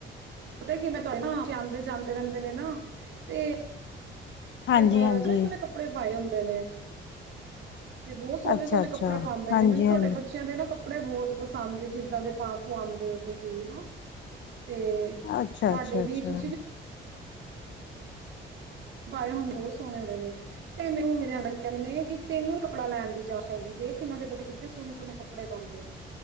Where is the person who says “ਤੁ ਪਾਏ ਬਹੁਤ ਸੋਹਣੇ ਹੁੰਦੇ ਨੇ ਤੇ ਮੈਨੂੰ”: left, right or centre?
Right